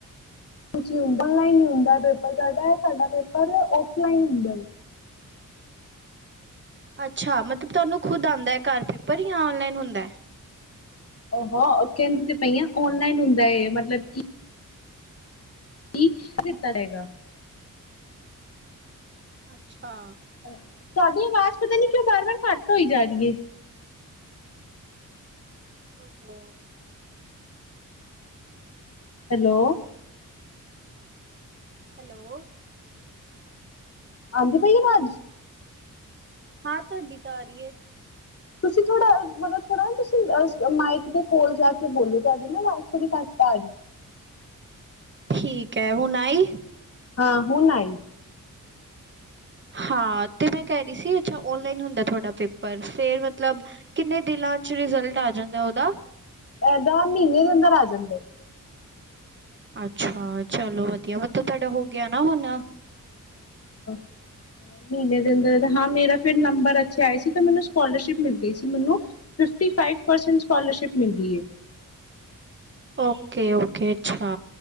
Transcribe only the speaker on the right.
ਅੱਛਾ ਮਤਲਬ ਤੁਹਾਨੂੰ ਖੁਦ ਆਉਂਦਾ ਘਰ ਪੇਪਰ ਜਾਂ ਔਨਲਾਈਨ ਹੁੰਦਾ ਹੈ।
ਅੱਛਾ।
ਹੋ
ਹੈਲੋ
ਹਾਂ ਤੁਹਾਡੀ ਤਾਂ ਆ ਰਹੀ ਹੈ।
ਠੀਕ ਹੈ, ਹੁਣ ਆਈ
ਹਾਂ ਤੇ ਮੈਂ ਕਹਿ ਰਹੀ ਸੀ, ਅੱਛਾ ਓਨਲਾਈਨ ਹੁੰਦਾ ਤੁਹਾਡਾ ਪੇਪਰ ਫਿਰ ਮਤਲਬ ਕਿੰਨੇ ਦਿਨਾਂ ਚ ਰਿਜਲਟ ਆ ਜਾਂਦਾ ਉਹਦਾ
ਅੱਛਾ। ਚਲੋ ਵਧੀਆ ਮਤਲਬ ਤੁਹਾਡਾ ਹੋ ਗਿਆ ਨਾ ਹੁਣ।
ਓਕੇ ਓਕੇ, ਅੱਛਾ